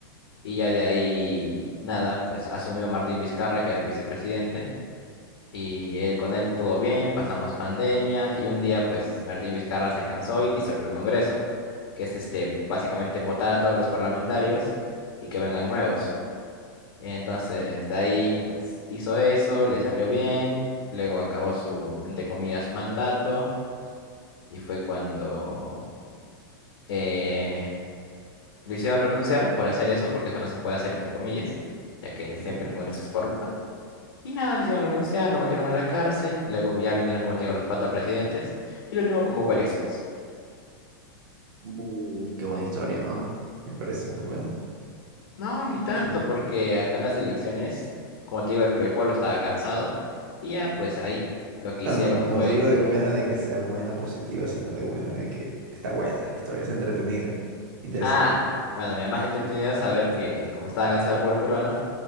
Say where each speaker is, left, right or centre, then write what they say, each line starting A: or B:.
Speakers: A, on the left (about 85°); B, on the right (about 55°).
A: y ya de ahí nada, pues asumió Martín Vizcarra, que era el vicepresidente, y él con él todo bien, pasamos pandemia, y un día pues Martín Vizcarra se cansó y disolvió el Congreso, que es este, básicamente votar a todos los parlamentarios y que vengan nuevos. Entonces, de ahí pues hizo eso, le salió bien, luego acabó su, entre comillas, mandato y fue cuando eh, lo hicieron renunciar por hacer eso, porque eso no se puede hacer entre comillas, ya que
B: ok.
A: siempre el Congreso es corrupto. Y nada, le hicieron renunciar, lo metieron a la cárcel, luego ya vinieron, como te digo, los cuatro presidentes, y el último convocó elecciones.
B: Uh, qué buena historia, ¿no? Me parece muy bueno.
A: No, ni tanto,
B: Yo- o
A: porque acá en las elecciones, como te digo, el, el pueblo estaba cansado, y ya pues ahí lo que
B: sea,
A: hicieron
B: no, no
A: fue...
B: digo de buena de que sea buena, positiva, sino de buena de que está buena la historia, es entretenida, interesante.
A: Ah, bueno, me da más entretenido saber que como estaba cansado el pueblo peruano,